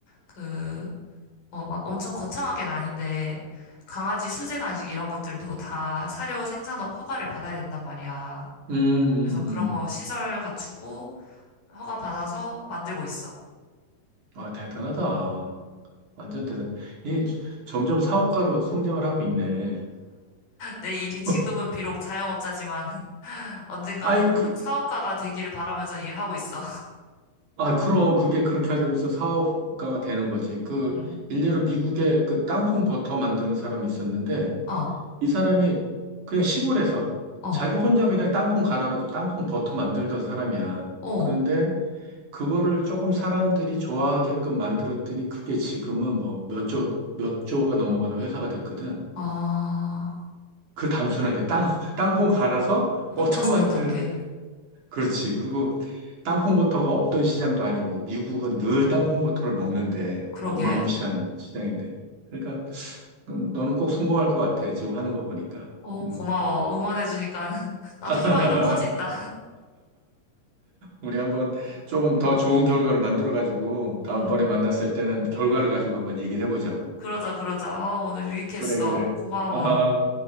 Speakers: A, on the left; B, on the right.
A: 그, 어, 막 엄청 거창하게는 아닌데, 강아지 수제 간식 이런 것들도 다 사료 생산업 허가를 받아야 된단 말이야.
B: 음, 음,
A: 그래서 그런
B: 음.
A: 거 시설 갖추고 허가 받아서 만들고 있어.
B: 와, 대단하다. 완전 대단. 이 점점 사업가로 성장을 하고 있네.
A: 내 일이
B: <laughs>
A: 지금은 비록 자영업자지만 <laughs> 언젠가는
B: 아이, 그,
A: 큰 사업가가 되기를 바라면서 일하고 있어.
B: 아, 그럼 그게 그렇게 되면서 사업가가 되는 거지. 그,
A: 응.
B: 일례로 미국에 그 땅콩 버터 만드는 사람이 있었는데,
A: 어,
B: 이 사람이 그냥 시골에서
A: 어,
B: 자기 혼자 그냥 땅콩 갈아가지고 땅콩 버터 만들던 사람이야.
A: 어.
B: 그런데 그거를 조금 사람들이 좋아하게끔 만들었더니 그게 지금은 뭐 몇 조, 몇 조가 넘어가는 회사가 됐거든.
A: 아,
B: 그 단순하게 땅, <laughs> 땅콩 갈아서 버터
A: 혼자서
B: 만드는,
A: 했던 게.
B: 그렇지. 그리고 땅콩 버터가 없던 시장도 아니고 미국은 늘 땅콩 버터를 먹는데
A: 그러게.
B: 어마무시한 시장인데. 그러니까 너는 꼭 성공할 것 같아. 지금 하는 거 보니까.
A: 어,
B: 음.
A: 고마워. 응원해주니까 <laughs> 나도
B: <laughs>
A: 희망이 더 커진다.
B: 우리 한번 조금 더 좋은 결과를 만들어가지고 다음번에
A: 응.
B: 만났을 때는 결과를 가지고 한번 얘기를 해보자고.
A: 그러자, 그러자. 어, 오늘 유익했어.
B: 그래, 그래.
A: 고마워.
B: 아,